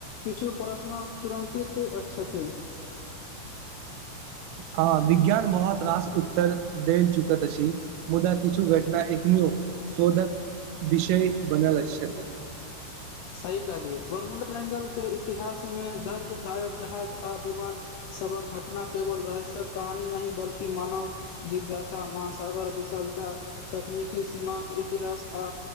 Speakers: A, on the left; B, on the right.
A: किछु प्रश्न तुरन्तित छथि
B: हँ विज्ञान बहुत रास उत्तर देल चुकत अछि मुदा किछु घटना एकनो शोधक विषय बनेल छथि
A: <unintelligible> सही कहलिय बर्मुंड ट्रेंगल के इतिहास में दर्ज गायब जहाज आ विमान सबक घटना केवल रहस्यक कहानी नहि बल्कि मानव जिज्ञासा महासागर विशालता तकनीकी सीमााक के इतिहास आ